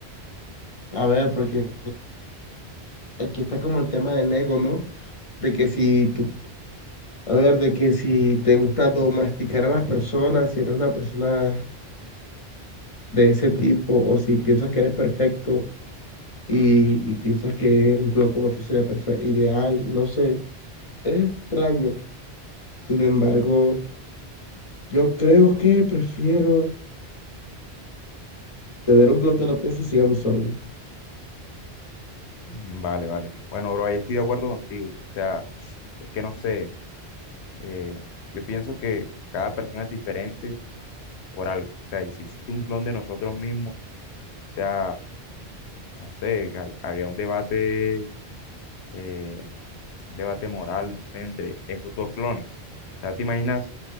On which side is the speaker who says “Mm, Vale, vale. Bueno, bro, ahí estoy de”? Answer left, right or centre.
Left